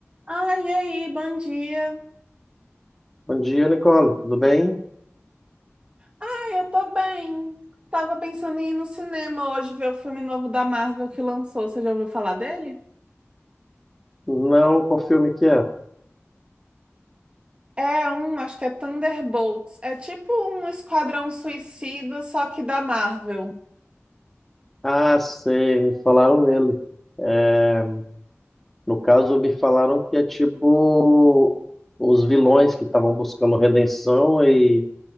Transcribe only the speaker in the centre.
Bom dia, Nicole. Tudo bem?
Não, qual filme que é?
Ah, sei, me falaram nele. É, No caso, me falaram que é tipo os vilões que estavam buscando redenção e